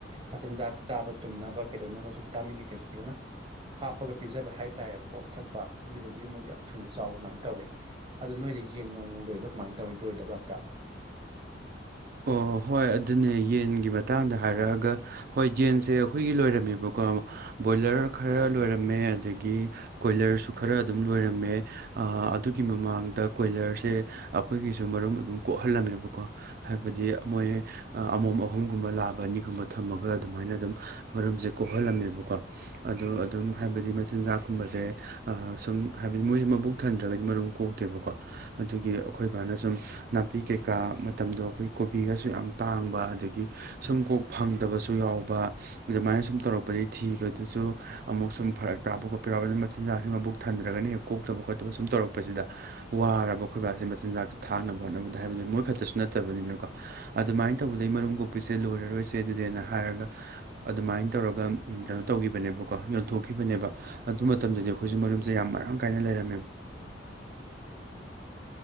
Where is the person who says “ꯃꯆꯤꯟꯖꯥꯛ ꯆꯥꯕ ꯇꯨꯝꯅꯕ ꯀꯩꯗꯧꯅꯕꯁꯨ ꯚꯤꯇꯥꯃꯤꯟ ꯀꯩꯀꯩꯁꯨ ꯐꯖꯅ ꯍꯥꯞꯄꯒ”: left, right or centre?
Right